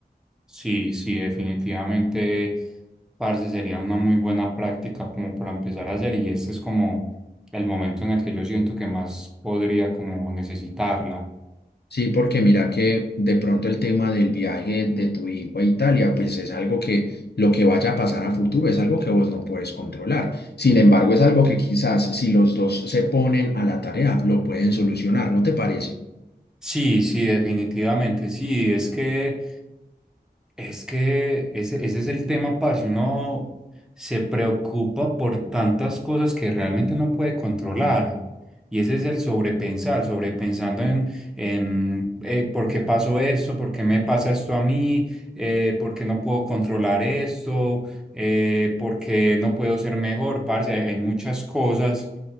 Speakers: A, in the centre; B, on the left.
A: Sí, sí, definitivamente, parce, sería una muy buena práctica como para empezar a hacer y este es como el momento en el que yo siento que más podría como necesitarla.
B: Sí, porque mira que de pronto el tema del viaje de tu hijo a Italia, pues es algo que lo que vaya a pasar a futuro es algo que vos no puedes controlar. Sin embargo, es algo que quizás si los dos se ponen a la tarea, lo pueden solucionar, ¿no te parece?
A: Sí, sí, definitivamente, sí, es que... Es que ese, ese es el tema, parce. Uno se preocupa por tantas cosas que realmente no puede controlar. Y ese es el sobrepensar, sobrepensando en, en eh, por qué pasó esto, por qué me pasa esto a mí, eh, por qué no puedo controlar esto, eh, por qué no puedo ser mejor, parce. Hay, hay muchas cosas